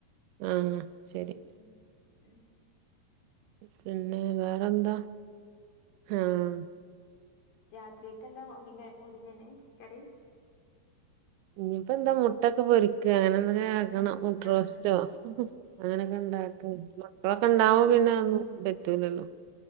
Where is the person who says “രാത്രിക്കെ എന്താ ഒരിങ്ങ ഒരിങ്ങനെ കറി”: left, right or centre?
Left